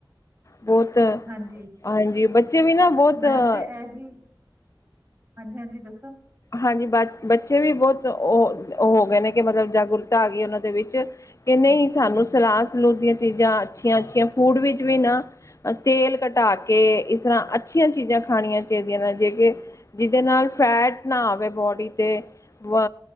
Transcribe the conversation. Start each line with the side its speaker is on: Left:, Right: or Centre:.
Left: ਬਹੁਤ
Right: ਹਾਂਜੀ
Left: ਹਾਂਜੀ ਬੱਚੇ ਵੀ ਨਾ ਬਹੁਤ
Right: ਮੈਂ ਤੇ ਏਹੀ ਹਾਂਜੀ-ਹਾਂਜੀ ਦੱਸੋ।
Left: ਹਾਂਜੀ ਬ ਬੱਚੇ ਵੀ ਬਹੁਤ ਉ ਉਹ ਹੋ ਗਏ ਨੇ। ਕਿ ਮਤਲਬ ਜਾਗਰੂਕਤਾ ਆ ਗਈ ਉਹਨਾਂ ਦੇ ਵਿੱਚ ਕਿ ਨਹੀਂ
Right: ਹੂੰ,
Left: ਸਾਨੂੰ
Right: ਹੂੰ,
Left: ਸਲਾਦ ਸਲੂਦ ਦੀਆਂ ਚੀਜ਼ਾਂ ਅੱਛੀਆਂ-ਅੱਛੀਆਂ ਫੂਡ ਵਿੱਚ ਵੀ ਨਾ ਅ ਤੇਲ ਘਟਾ ਕੇ ਇਸ ਤਰ੍ਹਾਂ ਅੱਛੀਆਂ ਚੀਜ਼ਾਂ ਖਾਣੀਆਂ ਚਾਹੀਦੀਆਂ ਨੇ ਜੇ ਕੇ ਜਿਹਦੇ ਨਾਲ ਫੈਟ ਨਾ ਆਵੇ ਬੋਡੀ ਤੇ ਵ